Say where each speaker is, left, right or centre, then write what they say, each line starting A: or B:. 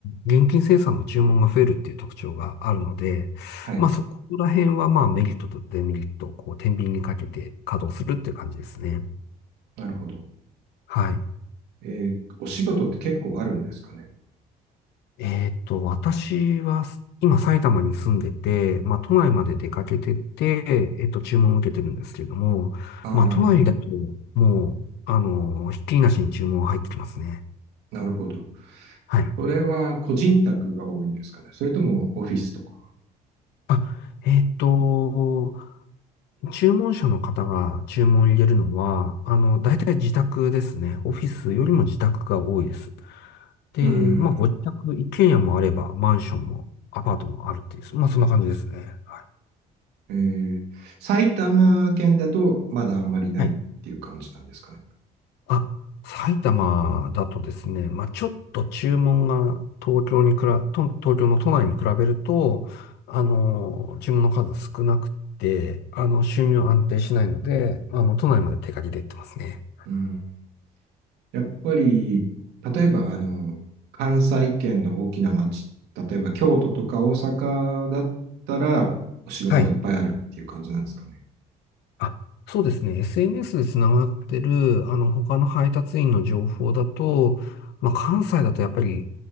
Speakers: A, on the left; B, on the right.
A: 現金生産の注文が増えるっていう特徴があるので、
B: はい、
A: まあ、そこら辺は、まあ、メリットとデメリットを、こう、天秤にかけて稼働するっていう感じですね。
B: なるほど。
A: はい。
B: えーお仕事って結構あるんですかね
A: えーっと、私はす今埼玉に住んでて、まあ都内まで出かけてて、えっと注文を受けてるんですけども、
B: ああ
A: まあ都内だともう、あの、ひっきりなしに注文入ってきますね。
B: なるほど。
A: はい。
B: それは個人宅が多いんですかねそれともオフィスとか
A: あ、えーっと、注文者の方が注文を入れるのは、あの、大体自宅ですね。オフィスよりも自宅が多いです。で、
B: うん。
A: まあご自宅、一軒家もあれば、マンションもアパートもあるっていう、まあそんな感じですね。はい。
B: えー、埼玉県だとまだあんまりないっていう感じなんですかね。
A: はいあ、埼玉だとですね、まあ、ちょっと注文が東京にくら、と東京の都内に比べると、あの、注文の数少なくて、あの、収入安定しないので、あの、都内まで手掛けていってますね。
B: うん。やっぱり、例えば、あの、関西圏の大きな町、例えば京都とか大阪だったら、お仕事はいっぱいあるっていう感じなんですかね。
A: はい。あ、そうですね。SNS でつながってる、あの、他の配達員の情報だと、まあ、関西だとやっぱり